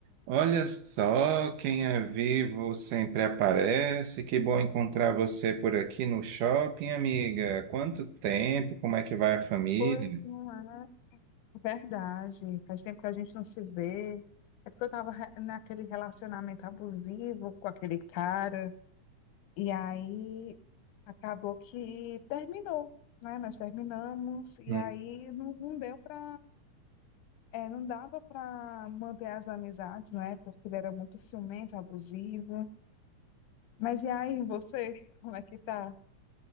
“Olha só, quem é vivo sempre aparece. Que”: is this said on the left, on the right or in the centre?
Right